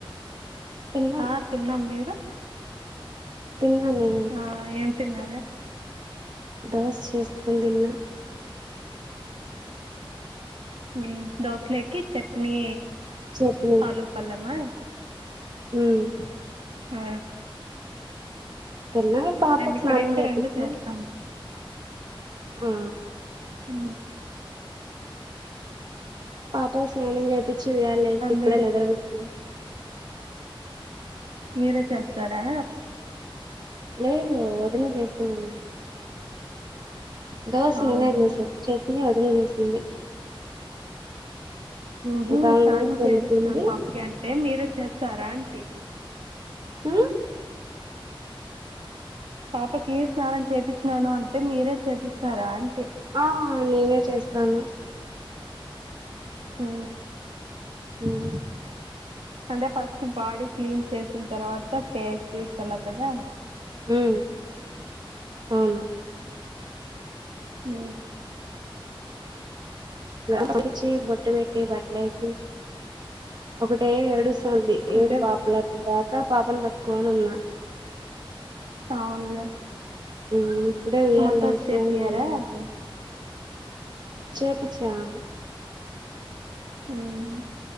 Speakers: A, on the right; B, on the right.
A: తిన్నాం
B: ఆ తిన్నం మీరు
A: తిన్నాను
B: ఆ ఏం తిన్నారే
A: దోస్ చేసుకొన్ తిన్న
B: ఉహ్మ్ దోసలేకి చట్నీ
A: చట్నీ
B: పాలు పల్లమా
A: ఉమ్
B: అ
A: తిన్నా పాపక్
B: ఇక్కడైతే
A: స్నానం చేపిచ్చి
B: రెండు చేస్తాము
A: ఆ
B: ఆ
A: పాపం స్నానం చేయించి ఉయ్యాలల ఏసిన ఇప్పుడే
B: మీరే
A: నిద్ర పూచ్చిన
B: మీరే చేస్తారా
A: లేదు వదిన చేస్తుంది దోశ
B: అవునా
A: నేనే చేసాం చట్నీ వదిన చేసింది
B: ఉహు
A: ఇక ఆమె
B: స్నానం
A: ఊరికి
B: చేపించినాను
A: వెళ్ళిపోయింది
B: పాపకి అంటే మీరే చేస్తారా అంటీ
A: ఉ
B: పాపకి స్నానం చేపచ్చినాను అంటే మీరే చేపిస్తారా అంటే
A: ఆ నేనే చేస్తాను
B: ఉ
A: ఉహు
B: అంటే ఫస్ట్ బాడీ క్లీన్ చేసిన తర్వాత ఫేస్ చూస్త అలా కదా
A: ఉ అవును
B: ఉ
A: నవ్వు పిచ్చి బొట్టు పెట్టి తే ఒకటే ఏడుస్తుంది ఏడు
B: అంటే
A: ఆపలే ఇప్పటి దాకా పాపను పట్టుకోని ఉన్నా
B: అవునులే
A: ఉ ఇప్పుడే ఉయ్యాలల
B: మసాజ్
A: వేసి
B: చేపియరా
A: మీ ముందుకు వచ్చిన చేపిచ్చినవా
B: ఉమ్